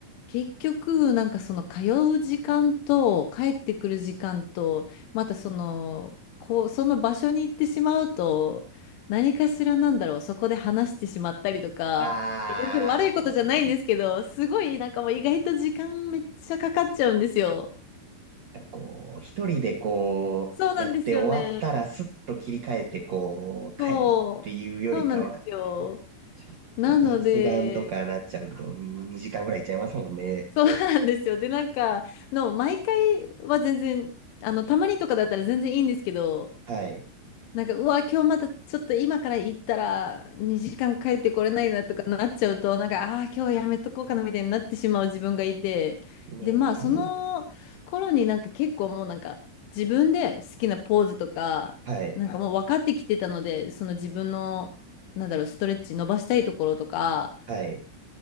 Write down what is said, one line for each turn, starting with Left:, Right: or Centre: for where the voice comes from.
Left: 結局、なんかその、通う時間と、帰ってくる時間と、またその、こう、その場所に行ってしまうと、何かしらなんだろう、そこで話してしまったりとか、
Right: あ
Left: 全然悪いことじゃないんですけど、すごい、なんかもう意外と時間めっちゃかかっちゃうんですよ。
Right: ー、なんかこう、一人でこう、
Left: そうなんですよね。
Right: やって終わったらスッと切り替えてこう、
Left: そう、
Right: 帰るっていうよりかは、
Left: そうなんですよ。
Right: ちょっと雑談とかなっちゃうと2時間ぐらいいっちゃいますもんね。
Left: なので、そうなんですよ。で、なんか、の、毎回は全然、あの、たまにとかだったら全然いいんですけど、
Right: はい。
Left: なんか、うわ、今日またちょっと今から行ったら2時間帰ってこれないなとかなっちゃうと、なんか、ああー、今日やめとこうかなみたいになってしまう自分がいて、
Right: ね
Left: で、まあ、その頃になんか結構もうなんか自分で好きなポーズとか、
Right: え。はい。
Left: なんはかい。もう分かってきてたので、その自分の、なんだろう、ストレッチ伸ばしたいところとか、
Right: はい。